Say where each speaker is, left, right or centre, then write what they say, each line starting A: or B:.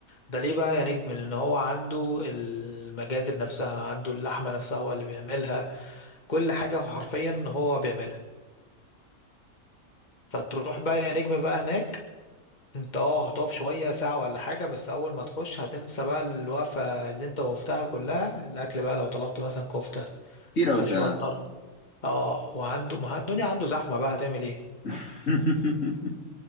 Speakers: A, on the left; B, on the left.
A: ده ليه بقى يا نجم لان هو عنده المجازر نفسها عنده اللحمة نفسها هو اللي بيعملها كل حاجة حرفيا هو بيعملها فتروح بقى يا نجم بقى هناك انت اه هتقف شوية ساعة ولا حاجة بس أول ما تخش هتنسى بقى الوقفة اللي انت وقفتها كلها الأكل بقى لو طلبت مثلا كفتة
B: كتير
A: مع
B: اوي ساعة
A: شوية طرب اه وعنده ما الدنيا عنده زحمة بقى هتعمل ايه
B: <laughs>